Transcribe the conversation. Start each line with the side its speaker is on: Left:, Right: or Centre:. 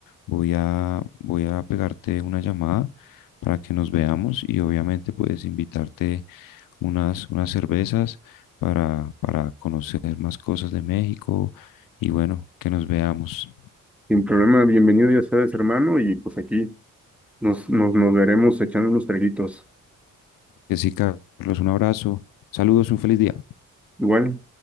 Left: voy a, voy a pegarte una llamada para que nos veamos y obviamente puedes invitarte unas, unas cervezas para, para conocer más cosas de México y bueno, que nos veamos.
Centre: Sin problema, bienvenido, ya sabes, hermano, y pues aquí nos, nos, nos veremos echando unos traguitos.
Left: Que sí, Carlos, un abrazo. Saludos, un feliz día.
Centre: Igual,